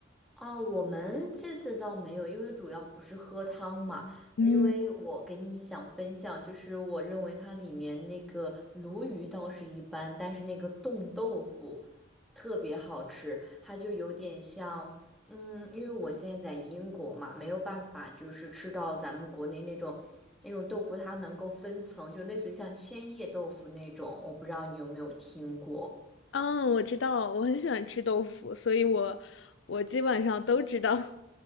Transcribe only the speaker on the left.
嗯
嗯，我知道，我很喜欢吃豆腐，所以我我基本上都知道。<laughs>